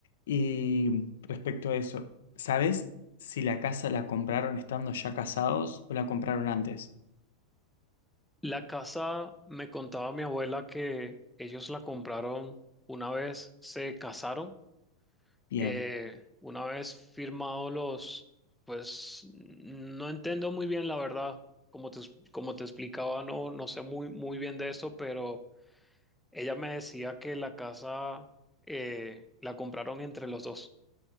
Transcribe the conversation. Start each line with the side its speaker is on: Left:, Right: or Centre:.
Left: Y respecto a eso, ¿sabes si la casa la compraron estando ya casados o la compraron antes?
Centre: La casa, me contaba mi abuela que ellos la compraron una vez se casaron,
Left: Bien,
Centre: eh, una vez firmados los, pues no entiendo muy bien la verdad, como te, como te explicaba, no, no sé muy, muy bien de esto, pero ella me decía que la casa eh, la compraron entre los dos.